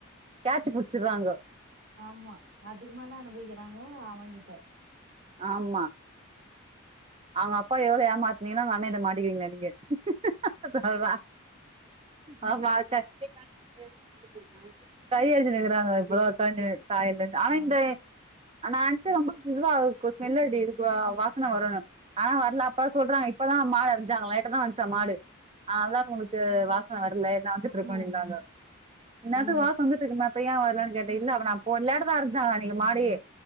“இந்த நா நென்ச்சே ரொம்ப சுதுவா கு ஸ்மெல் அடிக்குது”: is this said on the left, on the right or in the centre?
Right